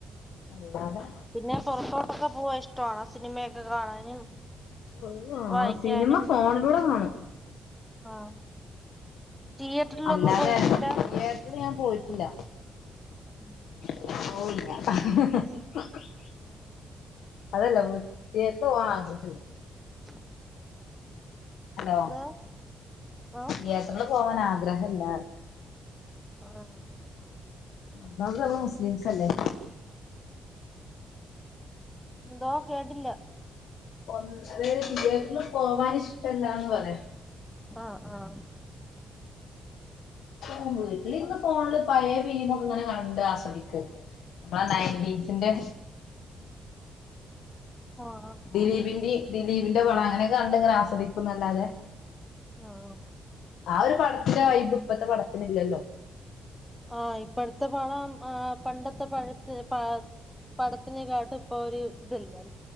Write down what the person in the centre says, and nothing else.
പിന്നെ പൊറത്തോട്ടൊക്കെ പോവാ ഇഷ്ടണോ സിനിമയൊക്കെ കാണാനും?
വായിക്കാനും
ആഹ് തിയേറ്ററിലൊന്നും
പോയിട്ടില്ല
ഉം
ഉം
<inaudible>
എന്തോ ആഹ്
<unintelligible>
ന്തോ കേട്ടില്ല?
ആഹ് ആഹ്.
ഓഹാ ആഹ്.
ആഹ്
ആഹ് ഇപ്പടത്തെ പഴം ആഹ് പണ്ടത്തെ പഴത്ത് പ പടത്തിനെക്കാട്ടും ഇപ്പൊ ഒരു ഇതല്ല